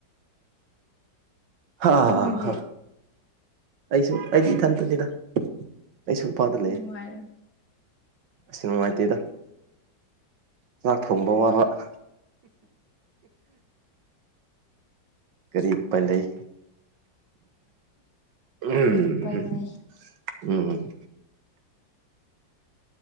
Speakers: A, on the right; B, on the left.
A: ꯍꯥ
B: ꯅꯈꯣꯏꯗꯤ
A: ꯍꯥ ꯑꯩꯁꯨ ꯑꯩꯗꯤ ꯏꯊꯟꯇꯅꯤꯗ ꯑꯩꯁꯨ ꯏꯄꯥꯗ ꯂꯩ
B: ꯅꯨꯡꯉꯥꯏꯔ
A: ꯑꯁꯤ ꯅꯨꯡꯉꯥꯏꯇꯦꯗ ꯆꯥꯛ ꯊꯣꯡꯕ ꯋꯥꯕ <inaudible> ꯀꯔꯤ ꯎ ꯄꯥꯏ ꯂꯩ ꯎꯝ
B: ꯀꯔꯤ ꯎꯄꯥꯏ ꯂꯩ
A: ꯎꯝ